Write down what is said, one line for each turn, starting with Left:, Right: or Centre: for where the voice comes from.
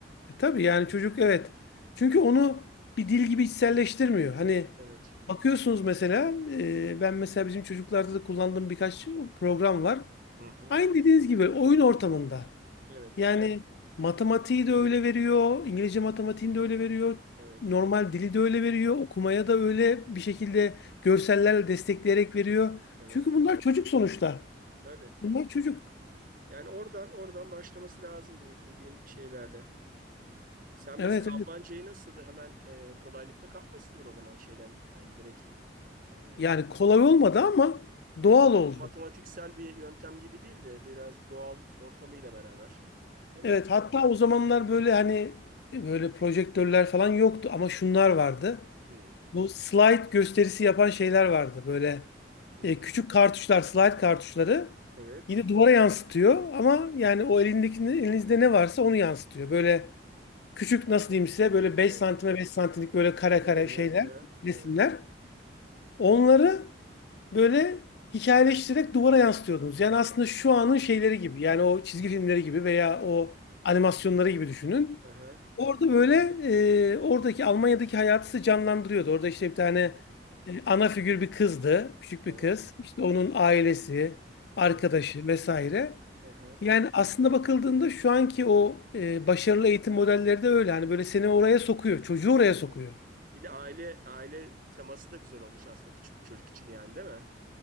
Left: e, tabii yani çocuk evet. Çünkü onu bir dil gibi içselleştirmiyor. Hani
Right: Evet.
Left: bakıyorsunuz mesela e, ben mesela bizim çocuklarda da kullandığım birkaç program var.
Right: Hı hı.
Left: Aynı dediğiniz gibi oyun ortamında.
Right: Evet.
Left: Yani matematiği de öyle veriyor, İngilizce matematiğini de öyle veriyor,
Right: Evet.
Left: normal dili de öyle veriyor, okumaya da öyle bir şekilde görsellerle destekleyerek veriyor.
Right: Evet.
Left: Çünkü bunlar çocuk sonuçta.
Right: Tabii.
Left: Bunlar çocuk.
Right: Yani oradan oradan başlaması lazım bu dediğin şeylerle. Sen mesela
Left: Evet, evet.
Right: Almancayı nasıl hemen e, kolaylıkla kapmışsındır o zaman şeyden yani direkt e,
Left: Yani kolay olmadı ama doğal
Right: ama böyle
Left: oldu.
Right: bir matematiksel bir yöntem gibi değil de biraz doğal ortamıyla beraber. Değil
Left: Evet,
Right: mi?
Left: hatta o zamanlar böyle hani böyle projektörler falan yoktu ama şunlar vardı.
Right: Hı
Left: Bu slide gösterisi yapan şeyler vardı. Böyle
Right: hı.
Left: e, küçük kartuşlar, slide kartuşları
Right: Evet.
Left: yine duvara yansıtıyor ama yani o elindeki elinizde ne varsa onu yansıtıyor. Böyle küçük nasıl diyeyim size böyle beş
Right: Evet.
Left: santime 5 santimlik böyle kare
Right: Hatırlıyorum
Left: kare şeyler,
Right: evet. Aha,
Left: resimler.
Right: evet.
Left: Onları böyle hikayeleştirerek duvara yansıtıyordunuz. Yani aslında şu anın
Right: Evet.
Left: şeyleri gibi. Yani o çizgi filmleri gibi veya
Right: Evet.
Left: o animasyonları gibi düşünün.
Right: Aha,
Left: Orada böyle e, oradaki Almanya'daki hayatı size canlandırıyordu. Orada işte bir tane
Right: aha,
Left: e, ana figür bir kızdı. Küçük
Right: evet.
Left: bir kız. İşte onun
Right: Evet.
Left: ailesi, arkadaşı
Right: Evet.
Left: vesaire.
Right: Aha,
Left: Yani aslında bakıldığında şu anki o e, başarılı eğitim modelleri de öyle. Hani böyle seni oraya sokuyor. Çocuğu oraya
Right: evet.
Left: sokuyor.
Right: Bir de aile aile teması da güzel olmuş aslında küçük bir çocuk için yani değil mi?